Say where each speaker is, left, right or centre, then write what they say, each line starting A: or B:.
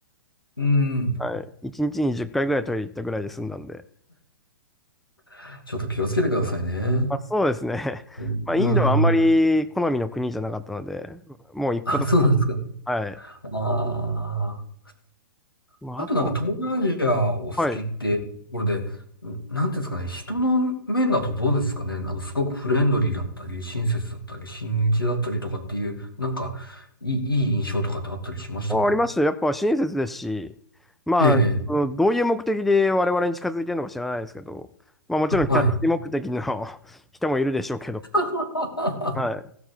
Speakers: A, on the left (about 90°); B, in the centre.
A: うん。
B: はい。1日に10回ぐらいトイレ行ったぐらいで済んだんで。
A: <laughs> ちょっと気をつけてくださいね。
B: まあそうですね。
A: うん。
B: <laughs> まあインドはあんまり好みの国じゃなかったので、
A: うん
B: もう行くこともない。
A: あ、そうなんですか。
B: はい。
A: ああ。
B: まああと、
A: あとなんか東南アジアお好きってところで、
B: はい。
A: んなんていうんですかね、人の面だとどうですかね、あの、すごくフレンドリーだったり、親切だったり、親日だったりとかっていう、なんか、いい、いい印象とかってあったりしましたか
B: あありますよ。やっぱ親切ですし、まあ、
A: ええ、ええ、
B: そのどういう目的で我々に近づいてるのか知らないですけど、まあもちろんキャッチ目的の
A: はい。
B: <laughs> 人もいるでしょうけど、
A: <laughs>
B: はい。